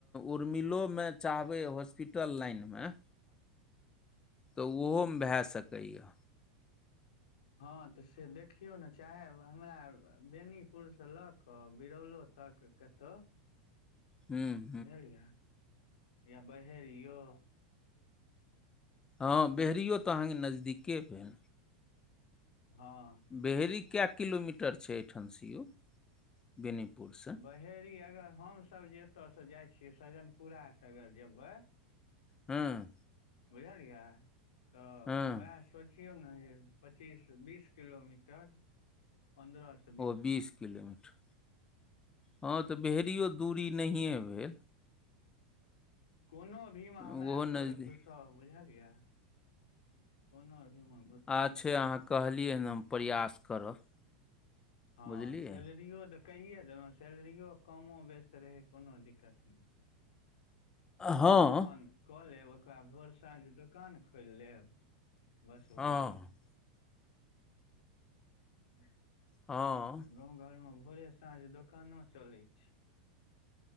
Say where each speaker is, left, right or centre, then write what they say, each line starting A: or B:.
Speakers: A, on the left; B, on the left.
A: उर्मिलोमे चाहबै हॉस्पिटल लाइनमे
B: <inaudible>
A: तऽ उहोमे भए सकै यै।
B: हां तऽ से देखियौ नै। चाहे हमरा बेनीपुरसँ लऽ कऽ बिरौलो तक कतो
A: हूं।
B: बझलिए या बहेरियौ।
A: हां बेहरियो तऽ अहाँके नजदीके भेल।
B: हां।
A: बेहरी कए किलोमीटर छै एठाम से यौ बेनीपुर से?
B: फेर ई अगर हम सब जे एतऽ से जाइ छियै सजनपुरा से अगर जेबै
A: हुं।
B: बुझलियै तऽ
A: हँ
B: वैह सोच बुझियो नै जे पच्चीस बीस किलोमीटर पंद्रा सौ
A: ओ बीस किलोमीटर, हँ तऽ भेड़ियो दूरी नहिए भेल।
B: कोनो भी मे हमरा
A: ओहो
B: सर
A: नजदीक
B: घुसउ बुझलियै, कोनो भी मे
A: आच्छे अहाँ कहलियै हँ, हम प्रयास करब।
B: हँ
A: बुझलियै
B: सैलरियो तऽ कहिए देलहुँ, सैलरियो कमो बेस्त रहै कोनो दिक्कत नहि।
A: हँ
B: एगो अपन कऽ लेब, ओकरा भोर साँझ दोकान खोलि लेब। बस
A: हँ
B: भऽ गेल। ह।
A: हँ।
B: गाँंव घर में भोरे साँझ दोकानो चले छै।